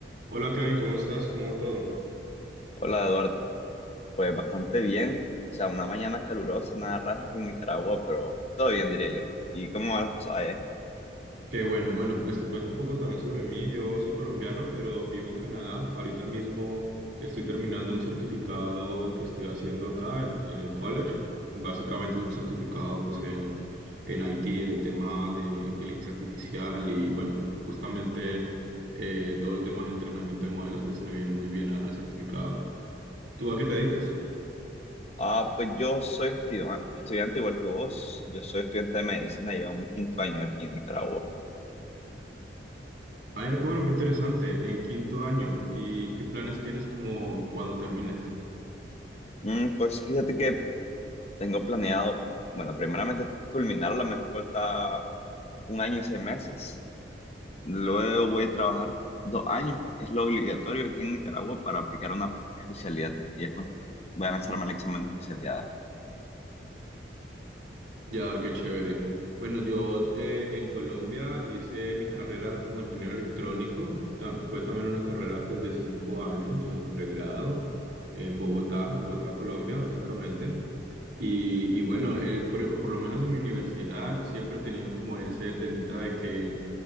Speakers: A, on the right; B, on the left.
A: Hola Kevin, ¿cómo estás? ¿Cómo va todo?
B: Hola Eduardo, pues bastante bien. O sea, una mañana calurosa, nada raro aquí en Nicaragua, pero todo bien diría yo. ¿Y cómo van las cosas allá?
A: Qué bueno, bueno, pues te cuento un poco también sobre mí. Yo soy colombiano, pero vivo en Canadá. Ahorita mismo estoy terminando un certificado que estoy haciendo acá en, en el college. Básicamente es un certificado pues en, en IT, en el tema de inteligencia artificial y bueno, justamente eh, todo el tema de entrenamiento de modelos pues me viene muy bien a- al certificado. ¿Tú a qué te dedicas?
B: Ah, pues yo soy estu- ah, estudiante igual que vos. Yo soy estudiante de medicina, llevo mi quinto año aquí en Nicaragua.
A: Ah, ya, qué bueno, qué interesante. En quinto año, ¿y qué planes tienes como cuando termines?
B: Mm, pues fíjate que tengo planeado, bueno, primeramente culminarla, me hace falta un año y seis meses. Luego voy a trabajar dos años porque es lo obligatorio aquí en Nicaragua para aplicar una especialidad y después voy a lanzarme al examen de especialidad.
A: Ya, qué chévere. Bueno, yo eh, en Colombia hice mi carrera como ingeniero electrónico. Ta- fue también una carrera pues, de cinco años, el pregrado, en Bogotá, en Bogotá, Colombia, básicamente. Y, y bueno, eh, por, por lo menos en mi universidad siempre tenían como ese temita de que